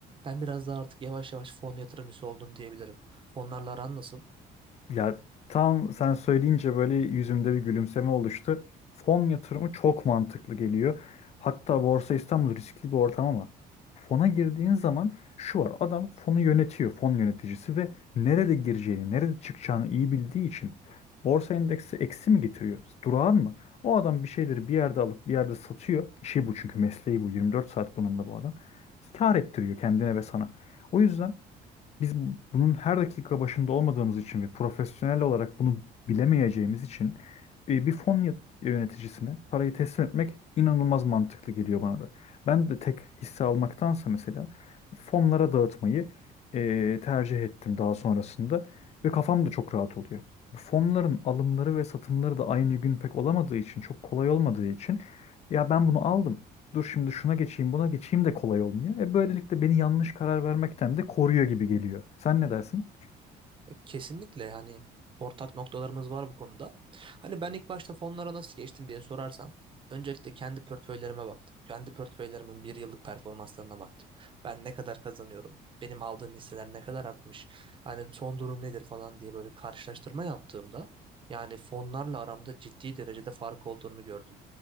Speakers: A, on the right; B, on the left.
A: Ben biraz daha artık yavaş yavaş fon yatırımcısı oldum diyebilirim. Fonlarla aran nasıl?
B: Ya tam sen söyleyince böyle yüzümde bir gülümseme oluştu. Fon yatırımı çok mantıklı geliyor. Hatta Borsa İstanbul riskli bir ortam ama fona girdiğin zaman şu var. Adam fonu yönetiyor, fon yöneticisi ve nerede gireceğini, nerede çıkacağını iyi bildiği için borsa endeksi eksi mi getiriyor, durağan mı? O adam bir şeyleri bir yerde alıp bir yerde satıyor. İşi bu çünkü mesleği bu. 24 saat bununla bu adam. Kâr ettiriyor kendine ve sana. O yüzden biz bu- bunun her dakika başında olmadığımız için ve profesyonel olarak bunu bilemeyeceğimiz için e, bir fon yat- yöneticisine parayı teslim etmek inanılmaz mantıklı geliyor bana da. Ben de tek hisse almaktansa mesela fonlara dağıtmayı e, tercih ettim daha sonrasında ve kafam da çok rahat oluyor. Bu fonların alımları ve satımları da aynı gün pek olamadığı için, çok kolay olmadığı için ya ben bunu aldım dur şimdi şuna geçeyim buna geçeyim de kolay olmuyor. E böylelikle beni yanlış karar vermekten de koruyor gibi geliyor. Sen ne dersin?
A: E, Kesinlikle yani ortak noktalarımız var bu konuda. Hani ben ilk başta fonlara nasıl geçtim diye sorarsan öncelikle kendi portföylerime baktım. Kendi portföylerimin bir yıllık performanslarına baktım. Ben ne kadar kazanıyorum? Benim aldığım hisseler ne kadar artmış? Hani son durum nedir falan diye böyle karşılaştırma yaptığımda yani fonlarla aramda ciddi derecede fark olduğunu gördüm.